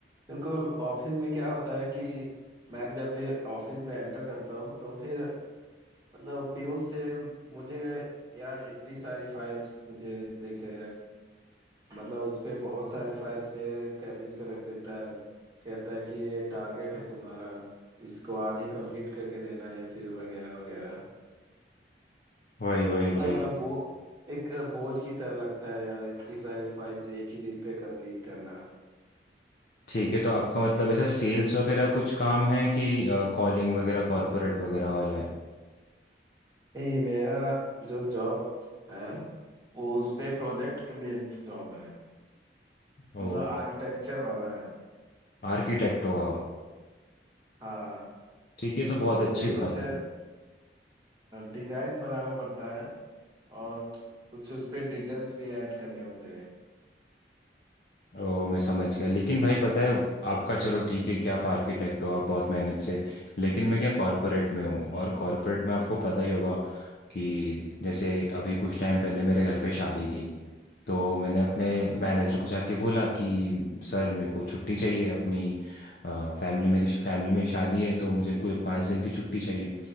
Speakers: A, on the right (about 20°); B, on the left (about 55°).
A: बिल्कुल ऑफिस में क्या होता है कि मैं जब भी ऑफिस में एंटर करता हूँ तो फिर मतलब प्यून से मुझे यार इतनी सारी फाइल्स मुझे दे के मतलब उस पे बहुत सारे फाइल्स मेरे कैबिन पे रख देता है कहता है कि ये टारगेट है तुम्हारा इसको आज ही कंप्लीट करके देना है या फिर वगैरह वगैरह
B: वही वही
A: मतलब
B: वही
A: अ,
B: वही
A: बो एक अ, बोझ की तरह लगता है यार इतनी सारी फाइल्स एक ही दिन पे कंप्लीट करना
B: ठीक है तो आपका मतलब ऐसा सेल्स वगैरह कुछ काम है कि कॉलिंग वगैरह कॉरपोरेट वगैरह वाला है
A: नहीं मेरा जो जॉब है वो उस पे प्रोजेक्ट बेस्ड जॉब है
B: ओ
A: मतलब आर्किटेक्चर वाला है
B: आर्किटेक्ट हो आप
A: हाँ
B: ठीक है तो बहुत
A: तो उस
B: अच्छी
A: पे कुछ
B: बात है
A: डिजाइन्स बनाना पड़ता है और कुछ उस पे डिटेल्स भी ऐड करने होते हैं
B: ओ मैं समझ गया लेकिन भाई पता है आपका चलो ठीक है कि आप आर्किटेक्ट हो आप बहुत मेहनत से लेकिन मैं क्या कॉरपोरेट में हूँ और कॉरपोरेट में आपको पता ही होगा कि जैसे अभी कुछ टाइम पहले मेरे घर पे शादी थी तो मैंने अपने
A: हाँ
B: मैनेजर को जाके बोला कि सर मेरे को छुट्टी चाहिए अपनी फैमिली मेरी फैमिली में शादी है तो मुझे कोई पाँच दिन की छुट्टी चाहिए